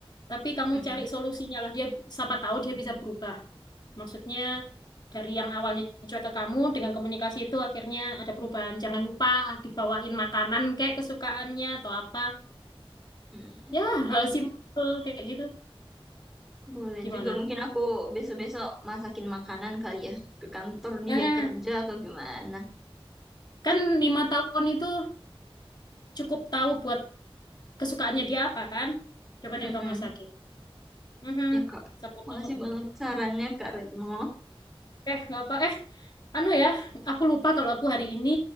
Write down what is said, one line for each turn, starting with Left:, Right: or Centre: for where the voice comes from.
Left: tapi kamu
Centre: mm-mm,
Left: cari solusinya lah. Dia siapa tahu dia bisa berubah. Maksudnya dari yang awalnya cuek ke kamu dengan komunikasi itu akhirnya ada perubahan. Jangan lupa dibawain makanan kayak kesukaannya atau apa.
Centre: mm-mm.
Left: Ya, hal
Centre: Iya sih.
Left: simpel kayak gitu.
Centre: Boleh
Left: Gimana?
Centre: juga. Mungkin aku besok-besok masakin makanan kali ya. Ke kantor
Left: Nah,
Centre: dia kerja atau gimana.
Left: kan lima tahun itu cukup tahu buat kesukaannya dia apa kan? Coba
Centre: Mm-mm.
Left: deh kamu sakit Mhm,
Centre: Ya, Kak.
Left: siapa
Centre: Makasih
Left: tahu.
Centre: banget sarannya, Kak Retno.
Left: Eh, nggak apa. Eh, Anu ya, aku lupa kalau aku hari ini